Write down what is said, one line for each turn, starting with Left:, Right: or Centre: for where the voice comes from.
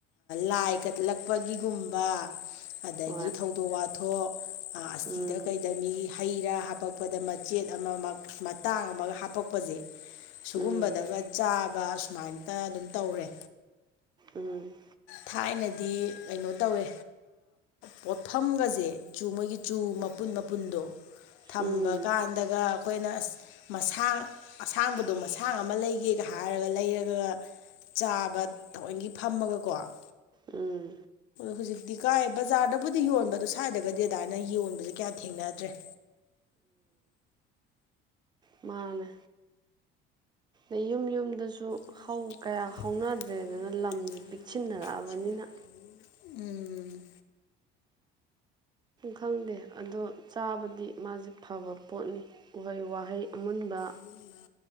Left: ꯂꯥꯏ ꯀꯠꯂꯛꯄꯒꯤꯒꯨꯝꯕ ꯑꯗꯒꯤ
Right: ꯍꯣꯏ
Left: ꯊꯧꯗꯣꯛ ꯋꯥꯊꯣꯛ ꯑꯁꯤꯗ
Right: ꯎꯝ
Left: ꯀꯩꯗ ꯃꯤ ꯍꯩꯔꯥ ꯍꯥꯄꯛꯄꯗ ꯃꯆꯦꯠ ꯑꯃ ꯃꯇꯥꯡ ꯑꯃꯒ ꯍꯥꯄꯛꯄꯁꯦ ꯁꯤꯨꯒꯨꯝꯕꯗꯒ
Right: ꯎꯝ
Left: ꯆꯥꯕ ꯁꯨꯃꯥꯏꯇ ꯑꯗꯨꯝ ꯇꯧꯔꯦ
Right: ꯎꯝ
Left: ꯊꯥꯏꯅꯗꯤ ꯀꯩꯅꯣ ꯇꯧꯋꯦ ꯄꯣꯠꯐꯝꯒꯁꯦ ꯆꯨ ꯃꯣꯏꯒꯤ ꯆꯨ ꯑꯄꯨꯟ ꯑꯄꯨꯟꯗ ꯊꯝꯕ
Right: ꯎꯝ
Left: ꯀꯥꯟꯗꯒ ꯑꯩꯈꯣꯏꯅ ꯑꯁ ꯃꯁꯥꯡ ꯑꯁꯥꯡꯕꯗꯣ ꯃꯁꯥꯡ ꯑꯃ ꯂꯩꯒꯦꯒ ꯍꯥꯏ ꯍꯥꯏꯔꯒ ꯂꯩꯔꯒꯒ ꯆꯥꯕ ꯊꯑꯣꯏꯒꯤ ꯐꯝꯃꯒꯀꯣ ꯑꯣ
Right: ꯎꯝ
Left: ꯍꯧꯖꯤꯛꯇꯤ ꯀꯥꯏꯦ ꯕꯖꯥꯔꯗꯕꯨꯗꯤ ꯌꯣꯟꯕ ꯑꯗꯣ ꯁꯥꯏꯏꯔꯒꯗꯤ ꯑꯗꯥꯏꯅ ꯌꯣꯟꯕꯁꯦ ꯀꯌꯥ ꯊꯦꯡꯅꯔꯦ <unintelligible>
Right: ꯃꯥꯅ ꯑꯗꯩ ꯌꯨꯝ ꯌꯨꯝꯗꯁꯨ
Left: ꯑꯗꯨꯁꯨ
Right: ꯍꯧ ꯀꯌꯥ
Left: ꯍꯥꯎꯕ
Right: ꯍꯧꯅꯗ꯭ꯔꯦꯗꯅ
Left: ꯀꯌꯥ ꯍꯧꯥꯎꯅꯗ꯭ꯔꯦꯗꯅ
Right: ꯂꯝꯁꯦ ꯄꯤꯛꯁꯤꯟꯅꯔꯛꯑꯕꯅꯤꯅ
Left: ꯂꯝ ꯆꯤꯦꯛꯁꯤꯟꯅꯔꯛꯑꯕꯅꯤꯅ ꯎꯝ
Right: ꯈꯪꯗꯦ ꯑꯗꯣ ꯆꯥꯕꯗꯤ ꯃꯥꯁꯦ ꯐꯕ ꯄꯣꯠꯅꯤ ꯎꯍꯩ ꯋꯥꯍꯩ ꯑꯃꯨꯟꯕ
Left: ꯃꯟꯕ